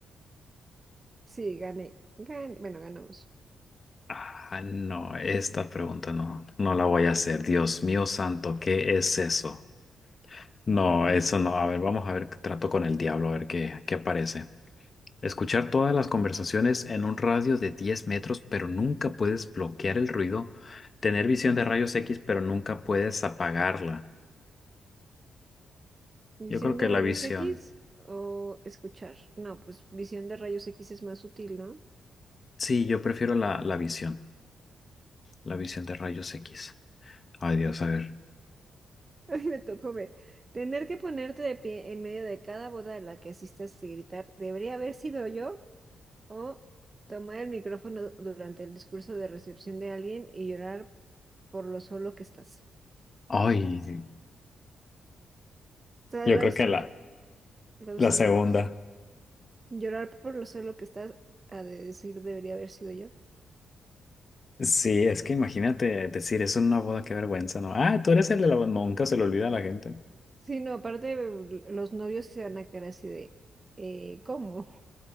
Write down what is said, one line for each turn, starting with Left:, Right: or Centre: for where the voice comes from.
Right: Sí, gané. Gan- bueno, ganamos.
Left: Ah, no, esta pregunta no, no la voy a hacer. Dios mío santo, ¿qué es eso? No, eso no. A ver, vamos a ver, trato con el diablo, a ver qué, qué aparece. Escuchar todas las conversaciones en un radio de 10 metros, pero nunca puedes bloquear el ruido. Tener visión de rayos X, pero nunca puedes apagarla.
Right: ¿Visión
Left: Yo creo que
Right: de
Left: la
Right: rayos
Left: visión.
Right: X o escuchar? No, pues visión de rayos X es más útil, ¿no?
Left: Sí, yo prefiero la, la visión. La visión de rayos X. Ay, Dios, a ver.
Right: <laughs> ay me tocó ver. Tener que ponerte de pie en medio de cada boda a la que asistas y gritar, ¿debería haber sido yo? O tomar el micrófono durante el discurso de recepción de alguien y llorar por lo solo que estás.
Left: Ay,
Right: O sea,
Left: Yo
Right: las
Left: creo
Right: dos
Left: que
Right: están
Left: la,
Right: muy, las
Left: la
Right: dos están
Left: segunda.
Right: muy gachas. Llorar por lo solo que estás, a de decir, debería haber sido yo.
Left: Sí, es que imagínate decir eso en una boda, qué vergüenza, ¿no? Ah, tú eres el de la boda. Nunca se le olvida a la gente.
Right: Sí, no, aparte los novios sí se van a quedar así de, eh, ¿cómo?